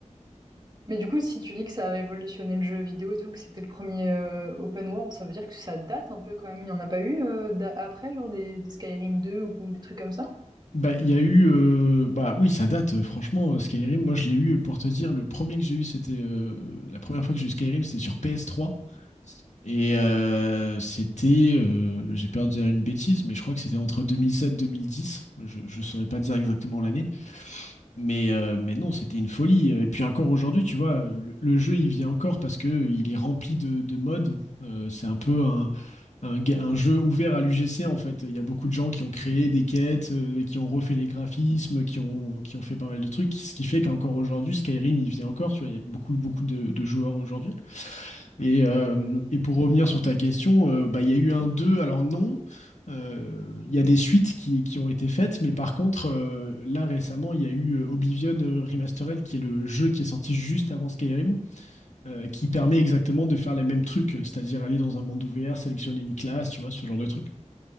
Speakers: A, on the right (about 35°); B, on the left (about 65°).
A: Mais du coup, si tu dis que ça a révolutionné le jeu vidéo et tout, que c'était le premier euh, open world, ça veut dire que ça date un peu quand même. Il n'y en a pas eu euh, d'a- après, genre des, des Skyrim 2 ou des trucs comme ça?
B: Bah, il y a eu. euh, bah oui, ça date, euh, franchement, euh, Skyrim. Moi, je l'ai eu, euh, pour te dire, le premier que j'ai eu, c'était. euh, la première fois que j'ai eu Skyrim, c'était sur PS3. Et euh, c'était. euh, j'ai peur de dire une bêtise, mais je crois que c'était entre 2007-2010. Je ne saurais pas dire exactement l'année. Mais, euh, mais non, c'était une folie. Et puis encore aujourd'hui, tu vois, le, le jeu, il vient encore parce que il est rempli de, de mods. Euh, c'est un peu un un, ga- un jeu ouvert à l'UGC en fait. Il y a beaucoup de gens qui ont créé des quêtes, euh, qui ont refait les graphismes, qui ont, qui ont fait pas mal de trucs, ce qui fait qu'encore aujourd'hui, Skyrim, il vit encore, tu vois, il y a beaucoup, beaucoup de, de joueurs aujourd'hui. Et, euh, et pour revenir sur ta question, euh, bah, il y a eu un 2 alors non. euh, Il y a des suites qui, qui ont été faites, mais par contre, euh, là récemment, il y a eu euh, Oblivion euh, Remastered, qui est le jeu qui est sorti juste avant Skyrim, euh, qui permet exactement de faire les mêmes trucs, c'est-à-dire aller dans un monde ouvert, sélectionner une classe, tu vois, ce genre de truc.